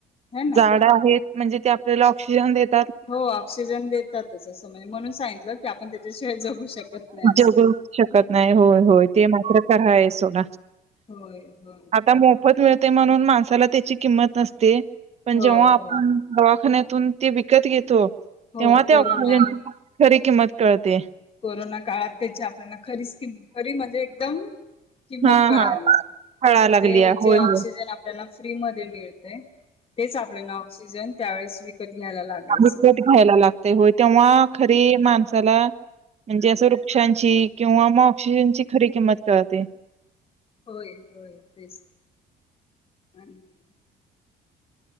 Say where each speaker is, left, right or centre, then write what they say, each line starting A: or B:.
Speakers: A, on the left; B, on the right.
A: ह ना
B: झाडं आहेत म्हणजे ते आपल्याला ऑ ऑस्किजन देत
A: हो ऑक्सिजन देतातच अस म्हणजे म्हणून सांगितलं की आपण त्याच्या शिवाय जगू शकत नाही असं.
B: जगू शकत नाही होय-होय ते मात्र खराय सोडा
A: होय-होय,
B: आता मोफत मिळते म्हणून माणसाला त्याची किंमत नसते पण
A: हो
B: जेव्हा आपण
A: होय
B: दवाखान्यात ते विकत घेतो
A: हो
B: तेव्हा त्या
A: कोरोना
B: ऑक्सिजनची खरी किंमत कळते,
A: कोरोना काळात त्याची आपल्याला खरीच खरी म्हणजे एकदम किंमत
B: हा
A: कळाली
B: हा कळायला
A: कि
B: लागलीया
A: ते जे
B: होय
A: ऑक्सिजन
B: होय
A: आपल्याला फ्री मधे मिळते तेच आपल्याला ऑक्सिजन त्यावेेळेस विकत घ्यायला लागायचं
B: निकट घ्यायला लागते होय तेव्हा खरी माणसाला, म्हणजे असं वृक्षांची किंवा मग ऑक्सिजनची खरी किंमत कळते
A: होय होय तेच आणि <inaudible>